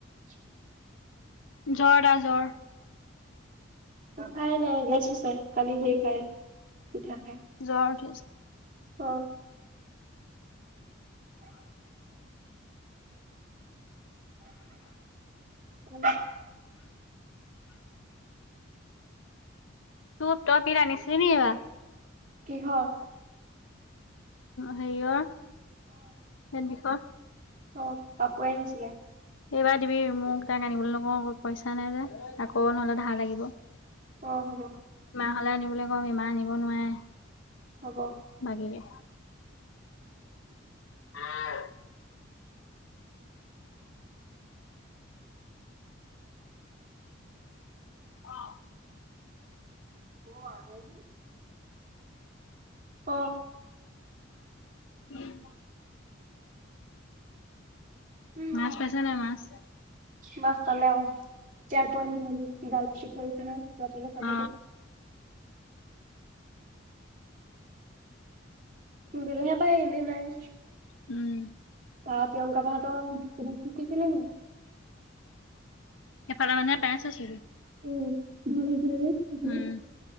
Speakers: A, on the right (about 40°); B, on the left (about 80°).
A: <unintelligible>
B: জ্বৰ তাৰ জ্বৰ।
A: নাই নাই গেছ হৈছে কালি সেই হয়। পিঠা খাই,
B: জ্বৰ উঠিছে
A: অ। উ।
B: তোৰ তই পিল আনিছিলি নি কিবা?
A: কিহৰ
B: হেৰিঅৰ পেট বিষৰ
A: অঁ পাপুৱে আনিছিলে।
B: এইবাৰ দিবি মোক তাক আনিবলৈ নকও আকৌ পইছা আশা নাই যে আকৌ নহ'লে ধাৰ লাগিব
A: অ হব
B: তালে আনিবলৈ ক'ম ইমান আনিব নোৱাৰে
A: হ'ব
B: লাগে নে বাঁ অঁ
A: অঁ অহাই ন অঁ ক
B: উম <unintelligible>
A: উম
B: মাছ পাইছে নাই মাছ
A: মাছ পালে অঁ আৰু তাক কৰি আমি জাল পিটি থৈছে ন ৰাতিকৈ খাবগে
B: অ
A: দিলেহে পাই এনেই নাপাই
B: উম
A: তাত তেওঁ কাৰহঁতৰ শিকিছিলে নি
B: এফালে মানুহে পাইছে আছে
A: উম ভাল সেইফালে যে সফালে
B: উম